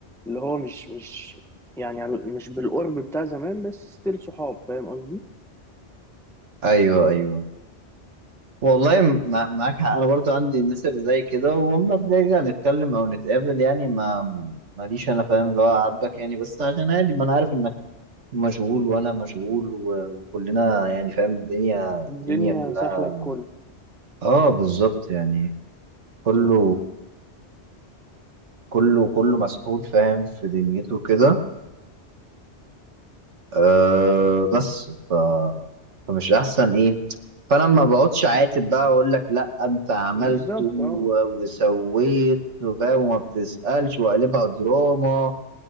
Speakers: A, in the centre; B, on the right.
A: اللي هو مش مش يعني على- مش بالقرب بتاع زمان بس ستيل صحاب فاهم قصدي
B: ايوه ايوه والله مع- معاك حق انا برضو عندي الناس اللي زي كده واما بنرجع نتكلم او نتقابل يعني ما ماليش انا فاهم اللي هو عاتبك يعني بس عشان عادي ما انا عارف انك مشغول وانا مشغول و- وكلنا يعني فاهم الدنيا
A: الدنيا
B: الدنيا كلها
A: سهلة الكل
B: اه بالظبط يعني كله
A: صح
B: كله كله مسحول فاهم في دنيته كده آه بس ف فمش احسن ايه فانا ما بقعدش عاتب بقى اقول لك لا انت عملت
A: بالظبط
B: و-
A: اه
B: وسويت فاهم وما بتسألش وقلبها دراما